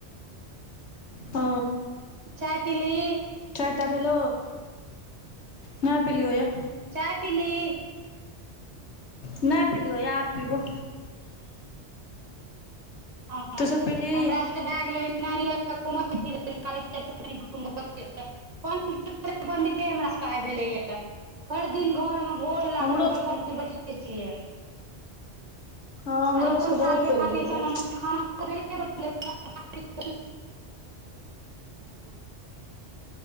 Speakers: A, on the left; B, on the right.
A: ह।
B: चाय पीली।
A: चारटा भेलो नहि पेलियौ यऽ।
B: चाय पीली।
A: नहि पीलियौ आब पीबो।
B: ह
A: तू सब पीलही
B: हमरा सब। भए गेल नरियल कनी जाछीयै घुमे फिरैला। रा भेले य हरि दिन घर में भोर। लाग
A: हमरो
B: बछल बछबे छियै। आइ
A: हँ हमरो
B: अपन
A: सबके बहुत
B: खैल के
A: पानि
B: खातिर
A: भेलैया
B: समय में। खाना। <unintelligible> <unintelligible>